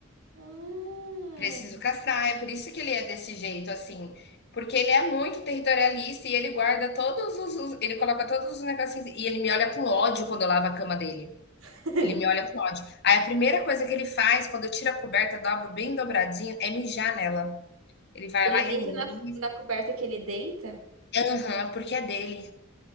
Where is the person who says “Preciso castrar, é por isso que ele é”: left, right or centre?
Left